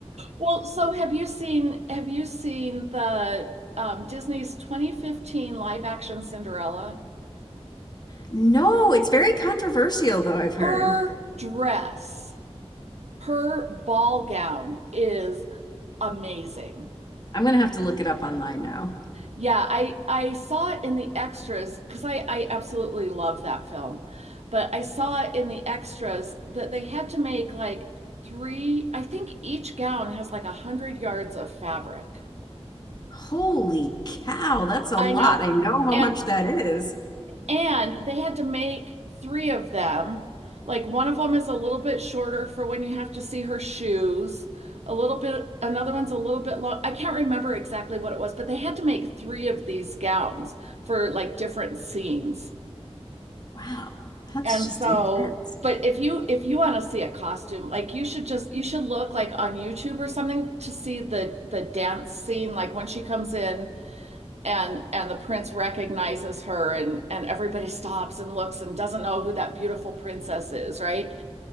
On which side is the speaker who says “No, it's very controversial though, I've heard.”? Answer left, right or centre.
Left